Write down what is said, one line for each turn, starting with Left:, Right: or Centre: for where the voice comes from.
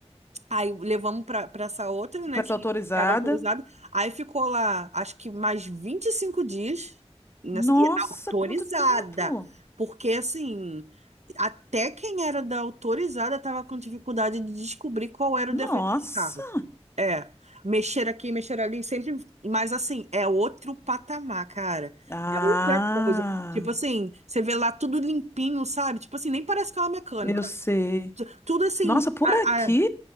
Right: Aí levamos para essa outra, né,
Left: Pra
Right: que
Left: ser autorizada.
Right: era autorizada. Aí ficou lá, acho que mais 25 dias nessa,
Left: Nossa,
Right: e autorizada.
Left: quanto tempo!
Right: Porque, assim, até quem era da autorizada estava com dificuldade de descobrir qual era
Left: Nossa!
Right: o defeito do carro. É, mexer aqui, mexer ali, sempre. Mas, assim, é outro patamar, cara.
Left: Ah,
Right: É outra coisa. Tipo assim, você vê lá tudo limpinho, sabe? Tipo assim, nem parece que é uma mecânica.
Left: eu sei.
Right: T- Tudo assim,
Left: Nossa, por
Right: a,
Left: aqui?
Right: a-